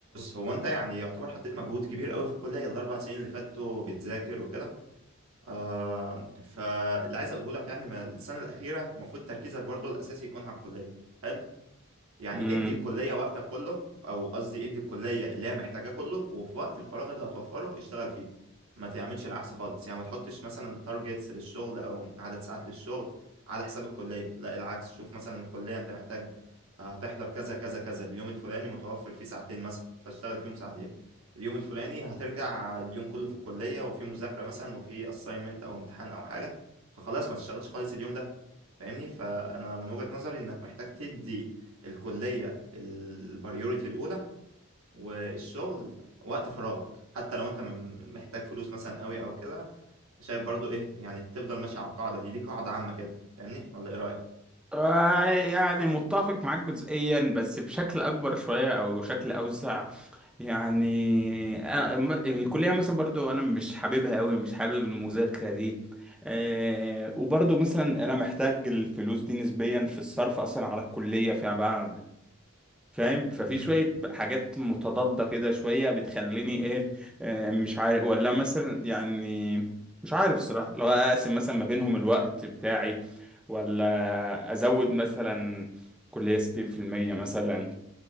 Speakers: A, on the right (about 80°); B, in the centre.
A: هو انت يعني يعتبر حطيت مجهود كبير قوي في الكلية الاربع سنين اللي فاتوا بتذاكر وكده آه فاللي عايز اقوله لك يعني ما السنة الأخيرة المفروض تركيزك برضو الأساسي يكون على الكلية حلو يعني
B: امم
A: ادي الكلية وقتك كله او قصدي ادي الكلية اللي هي محتاجاه كله وفي وقت الفراغ اللي هتوفره اشتغل فيه ما تعملش العكس خالص يعني ما تحطش مثلا تارجتس للشغل او عدد ساعات للشغل على حساب الكلية لا العكس شوف مثلا الكلية انت محتاج آه، هتحضر كذا كذا كذا اليوم الفلاني متوفر فيه ساعتين مثلا فاشتغل فيهم ساعتين اليوم الفلاني هترجع اليوم كله في الكلية وفي مذاكرة مثلا وفي assignment او امتحان او حاجة فخلاص ما تشتغلش خالص اليوم ده فاهمني فانا من وجهة نظري انك محتاج تدي الكلية البريوريتي الأولى والشغل وقت فراغك حتى لو أنت من- محتاج فلوس مثلا قوي أو كده شايف برضو إيه يعني تفضل ماشي على القاعدة دي دي قاعدة عامة كده فاهمني ولا إيه رأيك؟
B: آه، يعني متفق معاك جزئيا بس بشكل اكبر شويه او شكل اوسع يعني أنا م- الكلية مثلا برضو أنا مش حاببها أوي مش حابب المذاكرة دي أه وبرضو مثلا أنا محتاج الفلوس دي نسبيا في الصرف أصلا على الكلية فيما بعد فاهم ففي
A: مم،
B: شوية حاجات متضادة كده شوية بتخليني إيه أه مش عارف ولا مثلا يعني مش عارف الصراحة لو أقسم مثلا ما بينهم الوقت بتاعي ولا أزود مثلا كلية ستين في المية مثلا